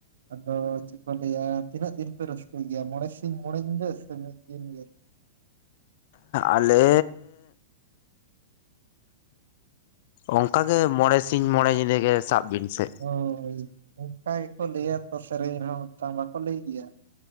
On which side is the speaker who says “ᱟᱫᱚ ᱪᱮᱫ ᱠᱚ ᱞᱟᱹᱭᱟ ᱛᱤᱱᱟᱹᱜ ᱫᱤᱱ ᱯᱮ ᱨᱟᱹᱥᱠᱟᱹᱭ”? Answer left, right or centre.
Right